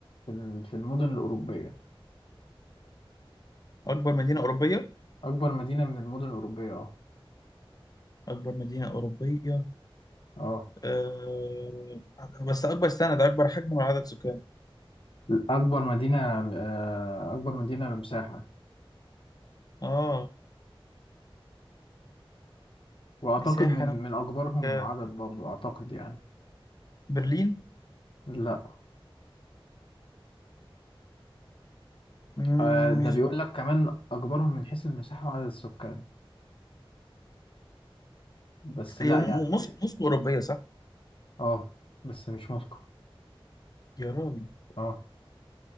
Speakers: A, on the left (about 65°); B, on the left (about 40°).
A: في ال- في المدن الأوروبية
B: أكبر مدينة أوروبية
A: أكبر مدينة من المدن الأوروبية أه
B: أكبر مدينة أوروبية
A: أه
B: أه... بس أكبر سنة ده أكبر حجم ولا عدد سكان
A: أكبر مدينة آه أكبر مدينة مساحة
B: آه
A: وأعتقد
B: مساحة
A: من
B: أنا
A: من أكبرهم
B: أه...
A: عدد برضو أعتقد يعني
B: برلين
A: لا
B: مم،
A: آه ده
B: مش
A: بيقول لك كمان أكبرهم من حيث المساحة وعدد السكان بس لا
B: هي م-
A: يعني
B: موسكو موسكو أوروبية صح؟
A: اه بس مش موسكو
B: يا راجل
A: اه